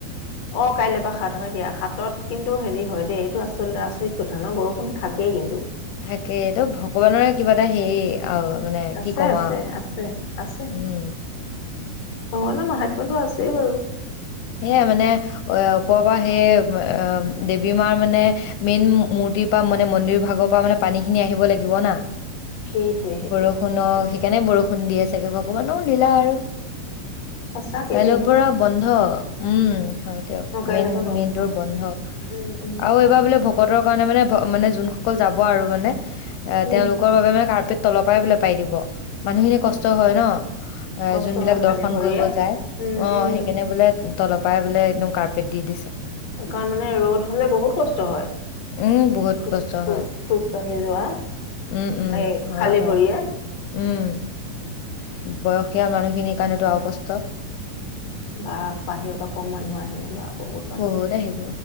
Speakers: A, on the left (about 65°); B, on the left (about 80°).
A: অ কাইলৈৰ পৰা হাত হয় দিয়া। হাতত কিন্তু হেৰি হয় দেই এইটো আচল আচৰিত কথা ন বৰষুণ থাকেই কিন্তু
B: থাকেই এইতো ভগৱানৰে কিবা এটা হেই অ মানে
A: আছে,
B: কি ক'ম
A: আছে,
B: আৰু
A: আছে, আছে।
B: উম
A: ভগৱানৰ মহাত্মাটো আছেই বাৰু।
B: সেয়ে মানে অ' ওপৰৰ পৰা, সেই এই দেৱী মাৰ মানে মেইন মূ-মূৰ্তিৰ পৰা মানে মন্দিৰ ভাগৰ পৰা মানে পানী খিনি আহিব লাগিব না।
A: সেইটোৱে, সেইটোৱে,
B: বৰষুণক
A: সেইটোৱে
B: সেইকাৰণে বৰষুণ ষুণ দিয়ে চাগে, ভগৱানও লীলা আৰু
A: সঁচাকে
B: কাইলৈৰ
A: দেই ন।
B: পৰা বন্ধ। উম হয় দিয়ক,
A: অ', কাইলৈৰ
B: মেইন
A: পৰা বন্ধ
B: মেইন তোৰ বন্ধ
A: উম, উম,
B: আৰু এইবাৰ বোলে ভগ ভকতৰ কাৰণে মানে, মানে যোনসকল যাব আৰু মানে,
A: উম।
B: তেওঁলোক কৰ বাবে মানে কাৰ্পেট তলৰ পৰাই বোলে পাৰি দিব, মানুহখিনি কষ্ট হয় ন এ
A: কষ্ট
B: যোনবিলাক
A: হয় খালী
B: দৰ্শন
A: ভৰিৰে।
B: কৰিব যায়,
A: উম
B: অ'
A: উম।
B: সেইকাৰণে বোলে তলৰ পৰাই বোলে, একদম কাৰ্পেট দি দিছে।
A: কাৰণ মানে ৰ'দ হ'লে বহুত কষ্ট হয়।
B: উম বহুত
A: খোজ
B: কষ্ট
A: খো,
B: হয়
A: খোজ কঢ়ি যোৱা।
B: উম, উম,
A: এই
B: হয়
A: খালী
B: বাৰু।
A: ভৰিয়ে।
B: উম। বয়সীয়াল মানুহখিনিৰ কাৰণেটো আৰু কষ্ট।
A: বা, বাহিৰৰ পৰা কম মানুহ আহেনে বা। মানুহ
B: বহুত
A: আহে।
B: আহিব